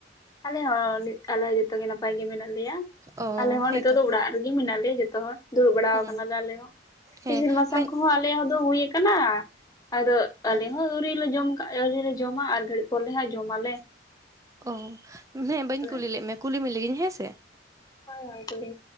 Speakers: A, on the left; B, on the right.
A: ᱟᱞᱮ ᱦᱚᱸ ᱟᱞᱮ ᱡᱚᱛᱚ ᱜᱮ ᱱᱟᱯᱟᱭ ᱜᱮ ᱢᱮᱱᱟᱜ ᱞᱮᱭᱟ ᱾
B: ᱚ
A: ᱟᱞᱮ ᱦᱚᱸ
B: ᱦᱮᱸᱛᱚ
A: ᱱᱤᱛᱚᱜ ᱫᱚ ᱚᱲᱟᱜ ᱨᱮ ᱾ ᱨᱮ ᱢᱮᱱᱟᱜ ᱞᱮᱭᱟ ᱡᱚᱛᱚ ᱦᱚᱲ ᱫᱩᱲᱩᱵ ᱵᱟᱲᱟ
B: ᱦᱮᱸ
A: ᱟᱠᱟᱱᱟᱞᱮ ᱟᱞᱮ ᱦᱚᱸ
B: ᱦᱮᱸ
A: ᱤᱥᱤᱱ ᱵᱟᱥᱟᱝ
B: ᱵᱟᱹᱧ
A: ᱠᱚᱦᱚᱸ ᱟᱞᱮ ᱦᱩᱭ ᱾ ᱠᱟᱱᱟ ᱟᱫᱚ
B: ᱦᱮᱸ
A: ᱟᱞᱮ ᱦᱚᱸ ᱟᱹᱣᱨᱤ ᱞᱮ ᱡᱚᱢ ᱠᱟᱜ ᱟᱹᱣᱨᱤ ᱞᱮ ᱡᱚᱢᱟ ᱟᱨ ᱜᱷᱟᱹᱲᱤᱡ ᱯᱚᱨᱮ ᱞᱮ ᱦᱟᱸᱜ ᱡᱚᱢᱟᱞᱮ ᱾
B: ᱚ ᱦᱮᱸ ᱵᱟᱹᱧ
A: ᱦᱳᱭ
B: ᱠᱩᱞᱤ ᱞᱮᱫ ᱢᱮ ᱠᱩᱞᱤᱢ ᱞᱮᱜᱤᱧ ᱦᱮᱸᱥᱮ
A: ᱦᱳᱭ ᱛᱟᱦᱚᱞᱮ